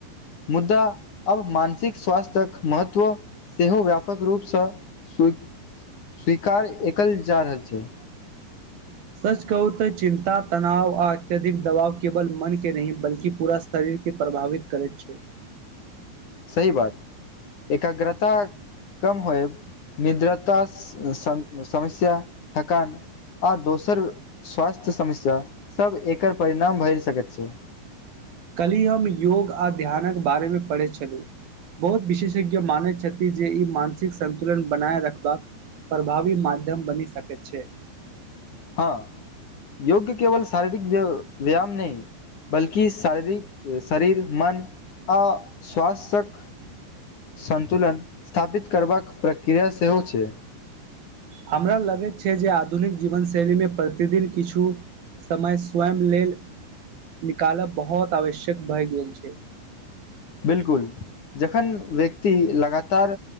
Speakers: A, on the left; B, on the right.
A: मुद्दा अब मानसिक स्वास्थ्यक महत्व सेहो व्यापक रूपसँ स्वीक स्वीकार एकल जा रहल छै
B: सच कहू तऽ चिन्ता तनाव आ अत्यधिक दबाव केवल मन के नहि बल्कि पूरा शरीर के प्रभावित करैत छै
A: सही बात एकाग्रता कम होय निद्रता समस्या थकान आ दोसर स्वास्थ्य समस्या सब एकर परिणाम भैर सकैत छै
B: कलहि हम योग आ ध्यानक बारेमे पढ़ै छलहुँ बहुत विशेषज्ञ मानैत छथि जे ई मानसिक संन्तुलन बनाय रखबाक प्रभावी माध्यम बनि सक छै
A: हँ योग्य केवल शारीरिक व्यायाम नहि बल्कि शारीरिक शरीर मन आ स्वासक संतुलन स्थापित करबाक प्रक्रिया सेहो छै
B: हमरा लगैत छय जे आधुनिक जीवन शैलीमे प्रतिदिन किछु समय स्वयं लेल निकालब बहुत आवश्यक भए गेल छै
A: बिलकुल जखन व्यक्ति लगातार